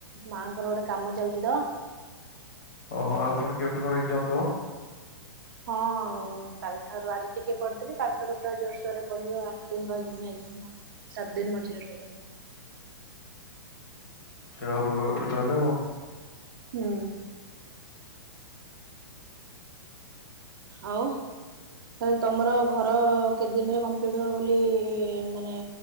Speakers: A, on the right (about 60°); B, on the left (about 55°).
A: ମା ଙ୍କର ଗୋଟେ କାମ ଚାଲିଚି ତ।
B: ଓହୋ ଆଉ ଫୁଣି କେମିତି କଣ ଏଗଜାମ୍ ଦବ?
A: ହଁ କାଲି ଠାରୁ ଆଜି ଟିକେ ପଢିଥିଲି କାଲିଠାରୁ ପୁରା ଜୋରସୋର ରେ ପଢିବା ଆଠ ଦିନ ରହିଯିବ ନା ଏ ଜାମ୍ ଟା ସାତ ଦିନ ମଝିରେ ରହିବ।
B: ଆଚ୍ଛା ଆଉ ଭଲ କଥା ତାହାଲେ ଆଉ।
A: ହୁଁ।
B: <inaudible>
A: ଆଉ ତାହାଲେ ତମର ଘର କେତେ ଦିନ ରେ କମ୍ପଲିଟ୍ ହବ ବୋଲି ମାନେ